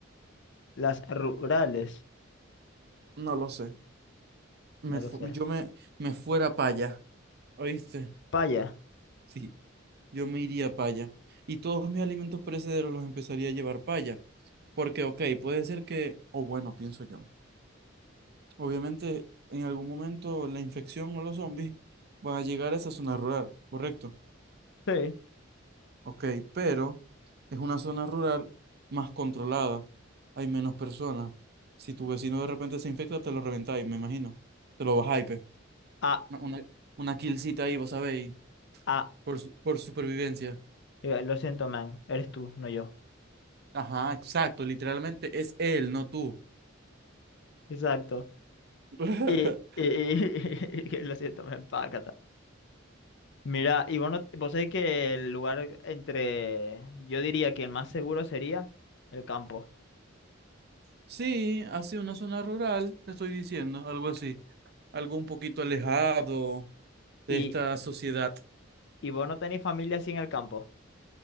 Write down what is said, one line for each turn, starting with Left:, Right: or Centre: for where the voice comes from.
Left: Las rurales.
Right: No lo sé. Me
Left: No lo
Right: fu-
Left: sé.
Right: yo me, me fuera para allá, ¿oíste?
Left: Paya.
Right: Sí. Yo me iría para allá. Y todos mis alimentos perecederos los empezaría a llevar para allá. Porque, ok, puede ser que, o bueno, pienso yo. Obviamente, en algún momento la infección o los zombies van a llegar a esa zona rural, ¿correcto?
Left: Sí.
Right: ok, pero es una zona rural más controlada, hay menos personas. Si tu vecino de repente se infecta, te lo reventáis, me imagino. Te lo bajáis, pe.
Left: Ah,
Right: Una, una, una killcita ahí, vos sabéis,
Left: ah.
Right: por, su- por supervivencia.
Left: Eh, Lo siento, man. Eres tú, no yo.
Right: Ajá, exacto, literalmente es él, no tú.
Left: Exacto.
Right: <laughs>
Left: Y, y, y- <laughs> lo siento, me empaca. Mira, y bueno, vos sabés que el lugar entre, yo diría que el más seguro sería el campo.
Right: Sí, así una zona rural, te estoy diciendo, algo así, algo un poquito alejado de
Left: Y,
Right: esta sociedad.
Left: y vos no tenés familia así en el campo.